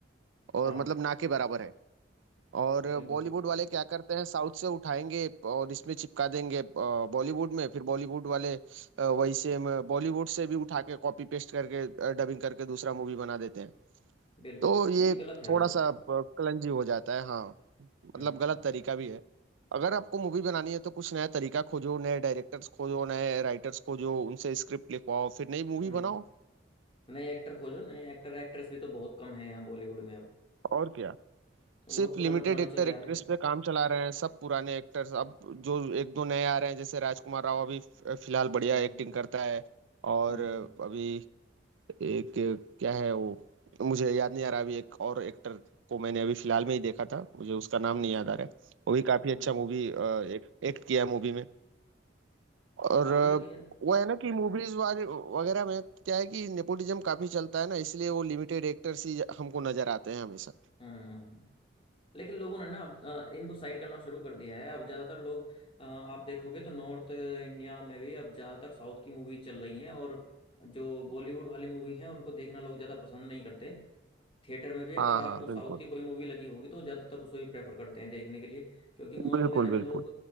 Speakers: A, on the right (about 80°); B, on the left (about 30°).
A: और
B: हाँ
A: मतलब ना के बराबर है और
B: बिल्कुल
A: बॉलीवुड
B: बिल्कुल
A: वाले क्या करते हैं साउथ से उठाएंगे और इसमें चिपका देंगे अ, बॉलीवुड में फिर बॉलीवुड वाले अ, वही सेम बॉलीवुड से भी उठा के कॉपी पेस्ट करके अ, डबिंग करके दूसरा मूवी बना देते हैं
B: बिल्कुल
A: तो ये
B: ये गलत है
A: थोड़ा
B: वैसे
A: सा अ, कलंजी हो जाता है हाँ मतलब
B: हम्म
A: गलत
B: हम्म
A: तरीका
B: हम्म
A: भी है अगर आपको मूवी बनानी है तो कुछ नया तरीका खोजो नए डायरेक्टर्स खोजो नए राइटर्स खोजो उनसे स्क्रिप्ट लिखवाओ फिर नई मूवी
B: हम्म।
A: बनाओ
B: नए एक्टर खोजो नए एक्टर एक्ट्रेस भी तो बहुत कम है यहाँ बॉलीवुड में अब
A: और क्या
B: तो बहुत
A: सिर्फ
B: पुराने
A: लिमिटेड
B: पुराने
A: एक्टर
B: चले
A: एक्ट्रेस
B: आ रहे हैं
A: पे काम चला रहे हैं सब पुराने एक्टर्स अब जो एक दो नए आ रहे हैं जैसे राजकुमार राव अभी फ- फिलहाल बढ़िया
B: हम्म हम्म
A: एक्टिंग करता है और
B: हम्म
A: अभी एक क्या है वो मुझे याद नहीं आ रहा अभी एक और एक्टर को मैंने अभी फिलहाल में ही देखा था मुझे उसका नाम
B: हम्म,
A: नहीं
B: अच्छा
A: याद
B: हम्म
A: आ रहा है वो भी काफी अच्छा
B: हम्म।
A: मूवी एक, एक्ट किया मूवी में और
B: हाँ
A: अ,
B: मतलब इन
A: वो है ना कि मूवीज वगैरह में क्या है कि नेपोटिज्म काफी चलता है ना इसलिए वो लिमिटेड एक्टर्स ही हमको नजर आते हैं हमेशा
B: हम्म हम्म। हम्म। हम्म। लेकिन लोगों ने ना अब अ, इनको साइड करना शुरू कर दिया है अब ज्यादातर लोग अ, आप देखोगे तो नॉर्थ इंडिया में भी अब ज्यादातर साउथ की मूवी चल रही है और जो बॉलीवुड वाली मूवी है उनको देखना लोग ज्यादा पसंद नहीं करते थिएटर में भी अगर
A: हाँ
B: आप
A: हाँ बिल्कुल
B: साउथ की कोई मूवी लगी होगी तो ज़्यादातर उसको ही प्रेफर करते हैं देखने के लिए क्योंकि मॉल
A: बिल्कुल
B: वगैरह
A: बिल्कुल
B: में लोग